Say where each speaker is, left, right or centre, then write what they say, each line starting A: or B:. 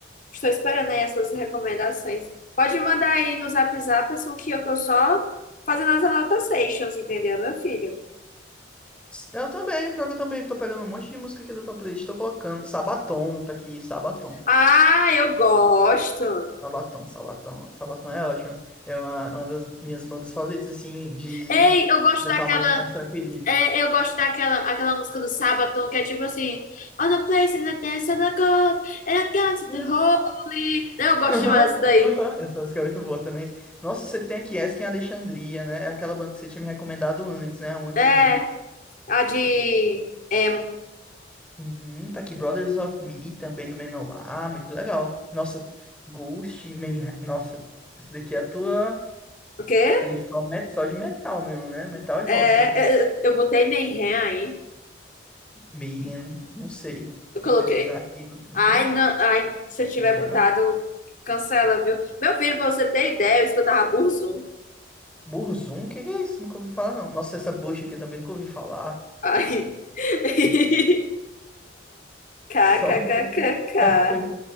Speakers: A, on the left; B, in the centre.
A: Estou esperando aí as suas recomendações. Pode mandar aí no Zap Zap, assim, que eu tô só fazendo as anotações, entendeu, meu filho?
B: Eu também, pior que eu também tô pegando um monte de música aqui da tua playlist, tô colocando. Sabaton tá aqui, Sabaton.
A: Ah, eu gosto.
B: Sabatão, Sabatão. Sabatão é ótimo. É uma, uma das minhas bandas favoritas, assim, de
A: Ei, eu gosto
B: metal
A: daquela.
B: mais, mais tranquilinho.
A: é, eu gosto daquela aquela música do Sabaton que é tipo assim: On the place in the dance of the God, and I got
B: <laughs>
A: to the holy. Eu gosto
B: Aham,
A: demais dessa daí.
B: aham. Essa música é muito boa também. Nossa, você tem aqui Asking Alexandria, né? É aquela banda que você tinha me recomendado antes, né? A Want
A: É,
B: Given.
A: a de emo.
B: Uhum, tá aqui Brothers of Me, também no Menor. muito legal. Nossa, Ghost, Man... Nossa, esse daqui é a tua
A: O quê?
B: playlist só met- só de metal mesmo, né? Metal e rock
A: É,
B: aqui.
A: eu, eu botei minha ré aí.
B: Mayhem, não sei.
A: Eu
B: Tem
A: coloquei.
B: que pesquisar aqui, não- acho
A: Ai,
B: que não tem.
A: não, ai, se eu tiver
B: Não tem,
A: botado,
B: não.
A: cancela, viu? Meu filho, pra você ter ideia, eu escutava Burzum.
B: Burzum, o que que é isso? Nunca ouvi falar, não. Nossa, essa bucha aqui eu também nunca ouvi falar.
A: Ai. <laughs> KKKKK.
B: Só <laughs> coisa, só coisa.